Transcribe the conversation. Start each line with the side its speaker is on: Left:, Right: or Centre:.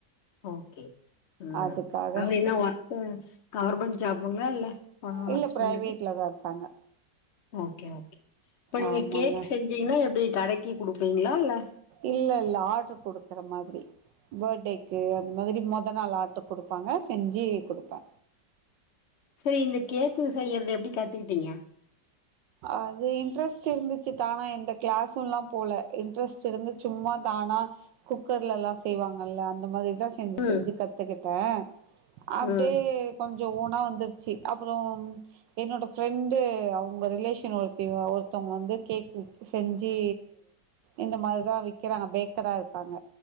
Left: ஓகே ம்
Right: அதுக்காக
Left: அவரு என்ன ஒர்க்காஸ் கவர்மெண்ட் ஜாப்புங்களா இல்ல ஆ ஹஸ்பண்டுக்கு
Right: இல்லை பிரைவேட்ல தான் இருக்காங்க
Left: ஓகே ஓகே இப்ப நீங்க
Right: ஆமாங்க
Left: கேக் செஞ்சீங்கன்னா எப்டி கடைக்கி குடுப்பீங்களா இல்ல
Right: இல்லை இல்லை ஆர்டரு கொடுக்குற மாதிரி பேர்த்டேக்கு அந்த மாதிரி மொதல் நாள் ஆர்டர் குடுப்பாங்க செஞ்சு குடுப்பே
Left: சரி இந்த கேக்கு செய்யுறத எப்படி கத்துக்கிட்டீங்க
Right: அது இன்ட்ரெஸ்ட் இருந்துச்சு தானா எந்த கிளாஸும் எல்லா போல இன்ட்ரெஸ்ட் இருந்து சும்மா தா ஆனா குக்கர்ல எல்லா செய்வாங்கல்ல அந்த மாதிரி மெதுவா செஞ்சு
Left: ம்
Right: செஞ்சு கத்துக்கிட்டேன் அப்டியே
Left: ம்
Right: கொஞ்ச கொஞ்சம் ஓன்னா வந்துருச்சு அப்புறம் என்னோட ஃப்ரெண்டு அவு உங்க ரிலேஷன் ஒருத்தி ஒருத்தவுங்க வந்து கேக் செஞ்சு இந்த மாதிரி தான் விக்கிற பேக்கரா இருக்காங்க